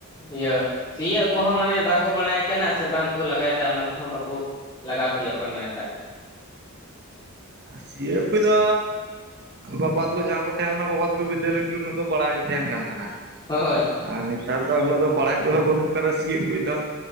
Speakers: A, on the left; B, on the right.
A: ᱤᱭᱟᱹ ᱥᱤᱭᱳᱜ ᱠᱚᱦᱚᱸ ᱢᱟᱱᱮ ᱵᱟᱠᱚ ᱵᱟᱲᱟᱭ ᱠᱟᱱᱟ ᱥᱮ ᱵᱟᱝᱠᱚ ᱞᱟᱜᱟᱭᱮᱫᱟ ᱚᱱᱟ ᱠᱚᱦᱚᱸ ᱵᱟᱠᱚ, ᱞᱟᱜᱟᱣ ᱠᱷᱚᱡᱚᱜ ᱠᱟᱱᱟ ᱱᱮᱛᱟᱨ
B: ᱥᱤᱭᱟᱹ ᱠᱚᱫᱚ ᱵᱟᱵᱟ ᱛᱟᱠᱚ ᱡᱟᱦᱟᱸ ᱠᱚ ᱛᱟᱦᱮᱸ ᱞᱮᱱᱟ ᱵᱟᱵᱟ ᱛᱟᱠᱚ ᱵᱤᱫᱟᱹᱞ ᱞᱟᱹᱜᱤᱫ ᱩᱱᱟᱹᱜ ᱫᱚ ᱵᱟᱲᱟᱭ ᱦᱩᱭ ᱛᱟᱦᱮᱱ ᱠᱟᱱ ᱛᱟᱦᱮᱱᱟ
A: ᱦ ᱦᱳᱭ
B: ᱟᱨ ᱱᱮᱛᱟᱨ ᱫᱚ ᱩᱱᱟᱹᱜ ᱫᱚ ᱵᱟᱲᱟᱭ ᱠᱚᱦ ᱵᱟᱹᱱᱩᱜ ᱟᱠᱟᱫᱟ ᱥᱤᱭᱜ ᱠᱚᱫᱚ